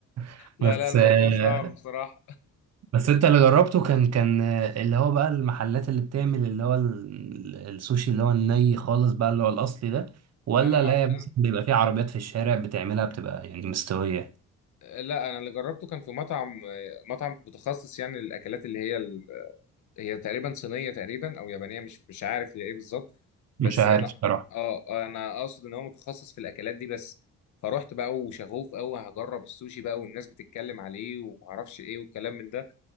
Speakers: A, on the right; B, on the left.
A: <laughs>
B: لا
A: بس
B: لا الموضوع
A: آه
B: صعب بصراحة
A: بس أنت اللي جربته كان كان آه، اللي هو بقى المحلات اللي بتعمل اللي هو ال- السوشي اللي هو الني خالص بقى اللي هو الأصلي ده ولا
B: أنا ما
A: لا بس
B: أنا...
A: بيبقى فيه عربيات في الشارع بتعملها بتبقى يعني مستوية
B: لا أنا اللي جربته كان في مطعم مطعم متخصص يعني للأكلات اللي هي هي تقريبا صينية تقريبا او يابانية مش مش عارف هي ايه بالظبط بس
A: مش عارف
B: انا
A: بصراحة
B: اه آه، انا اقصد ان هو متخصص في الاكلات دي بس فروحت بقى وشغوف قوي هجرب السوشي بقى والناس بتتكلم عليه ومعرفش ايه والكلام من ده